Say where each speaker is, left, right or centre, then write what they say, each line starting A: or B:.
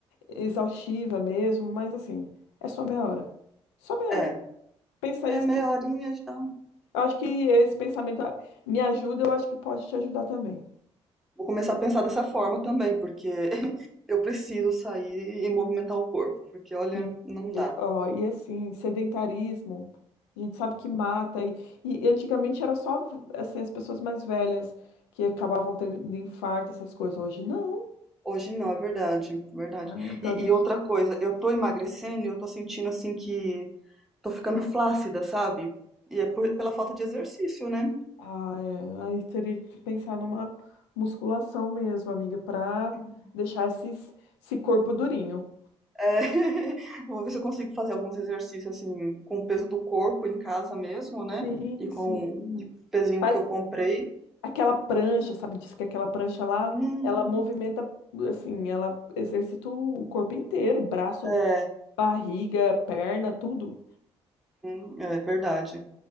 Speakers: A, on the left; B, in the centre.
A: é exaustiva mesmo, mas assim, é só meia hora. Só meia hora.
B: É,
A: Pensa
B: é
A: isso
B: meia horinha já.
A: Eu acho que esse pensamento ah, me ajuda, eu acho que pode te ajudar também.
B: Vou começar a pensar dessa forma também, porque <laughs> eu preciso sair e movimentar o corpo, porque olha,
A: Sim.
B: não dá.
A: Eu- ó, e assim, sedentarismo, a gente sabe que mata. E, e antigamente era só assim, as pessoas mais velhas que acabavam tendo infarto, essas coisas. Hoje não,
B: Hoje não, é verdade, verdade.
A: né? Então
B: E,
A: a gente.
B: e outra coisa, eu tô emagrecendo e eu tô sentindo assim que tô ficando flácida, sabe? E é por- pela falta de exercício, né?
A: Ah, é, aí teria que pensar numa musculação mesmo, amiga, para
B: Uhum.
A: deixar esses, esse corpo durinho.
B: É, <laughs> vou ver se eu consigo fazer alguns exercícios assim com o peso do corpo em casa mesmo, né?
A: Sim,
B: E com
A: sim.
B: e com o pezinho
A: Faz
B: que eu comprei.
A: aquela prancha, sabe? Diz que aquela prancha lá,
B: Hum,
A: ela movimenta, assim, ela exercita o corpo inteiro, braço,
B: é,
A: barriga, perna, tudo.
B: hum, é verdade.